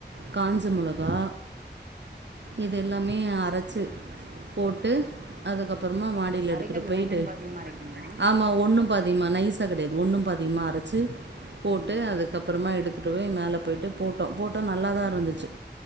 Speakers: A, on the right; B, on the right.
A: காஞ்ச மொளகா
B: ம்
A: இதெல் எல்லாமே அரைச்சு போட்டு
B: ம்
A: அதுக்கப்புறமா மாடியில் எடுத்துகட்டு
B: அரைக்கிறது
A: போயிட்டு
B: ஒண்ணும் பாதியுமா அரைக்கணுமா
A: ஆமாம் ஒன்னும் பாத்தீமா நைஸா கிடையாது ஒண்ணும் பாதியுமா அரைச்சு போட்டு
B: ம்
A: அதுக்கப்புறமா எடு கூடவே மேலே போய்ட்டு போட்டோ போட்டோ நல்லாதா இருந்துச்சு